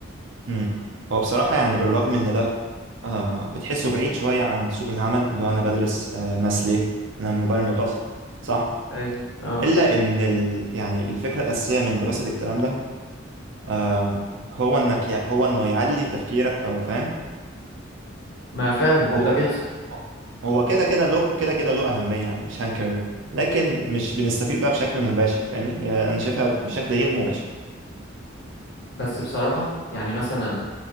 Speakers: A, on the right; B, on the left.
A: م. هو بصراحة يعني بالرغم إن ده آه بتحسه بعيد شوية عن سوق العمل اللي هو أنا بدرس آه ماس ليه أنا مبرمج أصلا صح؟
B: اي اه
A: الا ان ال... يعني الفكره الاساسيه من دراسه الكلام ده آه هو انك ي... هو انه يعلي تفكيرك او فاهم
B: ما فعلا
A: هو
B: هو ده بيحصل
A: هو هو كده كده له كده كده له اهميه يعني مش هنكر ده لكن مش بنستفيد بقى بشكل مباشر فاهمني يعني انا شايفها بشكل غير مباشر
B: بس بصراحة يعني مثلا